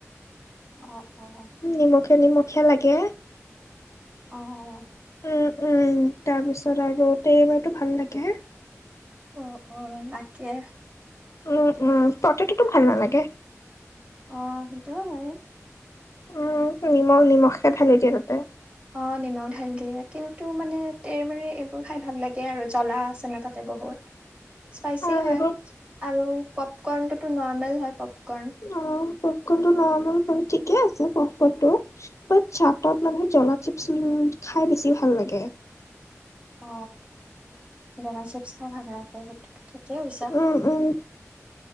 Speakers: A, on the right (about 25°); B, on the left (about 70°).
A: অ অ।
B: উম, নিমখীয়া নিমখীয়া লাগে।
A: অ অ।
B: উম উম তাৰপিছত আৰু তেৰেমেৰেটো ভাল লাগে।
A: অ অ তাকে।
B: উম উম পতেটোতো ভাল নালাগে।
A: অ, সেইটোও হয়।
B: উম, নিমখ নিমখকে ঢালি দিয়ে তাতে।
A: অ, নিমখ ঢালি দিয়ে কিন্তু মানে এইবোৰ খাই ভাল লাগে আৰু জ্বলা আছে ন' তাতে বহুত।
B: <inaudible>
A: স্পাইচি
B: আৰু
A: হয়
B: সেইবোৰ
A: আৰু পপকৰ্ণটোতো নৰ্মেল হয় পপকৰ্ন।
B: অ, পফকৰ্ন টো নৰ্মেল হয় ঠিকে আছে পফকৰ্ন টো। অ, চাটত মানে জলা চিপছ খাই বেছি ভাল লাগে।
A: অ, জ্বলা চিপচ খাই ভাল লাগে সেইটোটো ঠিকেছ কৈছা।
B: উম উম।